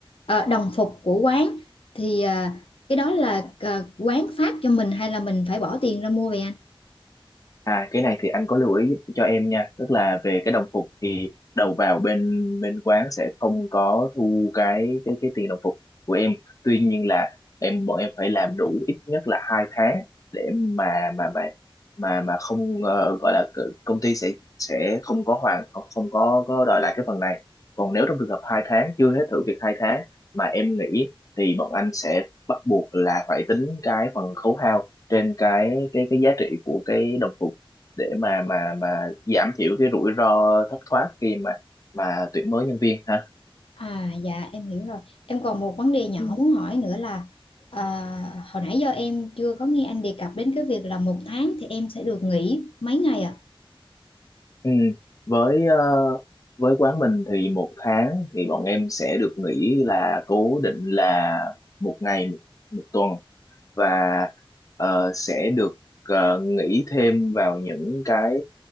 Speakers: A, on the left (about 75°); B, on the left (about 35°).
A: ờ, đồng phục của quán thì à, cái đó là à, quán phát cho mình hay là mình phải bỏ tiền ra mua về anh?
B: À cái này thì anh có lưu ý giúp cho em nha, tức là về cái đồng phục thì đầu vào bên bên quán sẽ không có thu cái cái cái tiền đồng phục của em. Tuy nhiên là em bọn em phải làm đủ ít nhất là hai tháng để mà mà mà mà mà không ờ, gọi là c- công ty sẽ sẽ không có hoàn không không có có đòi lại cái phần này. Còn nếu trong trường hợp hai tháng chưa hết thử việc hai tháng mà em nghỉ thì bọn anh sẽ bắt buộc là phải tính cái phần khấu hao trên cái cái cái giá trị của cái đồng phục để mà mà mà giảm thiểu cái rủi ro thất thoát khi mà mà tuyển mới nhân viên ha
A: À dạ em hiểu rồi. Em còn một vấn đề nhỏ
B: Ừ.
A: muốn hỏi nữa là à, hồi nãy giờ em chưa có nghe anh đề cập đến cái việc là một tháng thì em sẽ được nghỉ mấy ngày ạ?
B: ừ. với ờ, với quán mình thì một tháng thì bọn em sẽ được nghỉ là cố định là một ngày một, một tuần và ờ, sẽ được ờ, nghỉ thêm vào những cái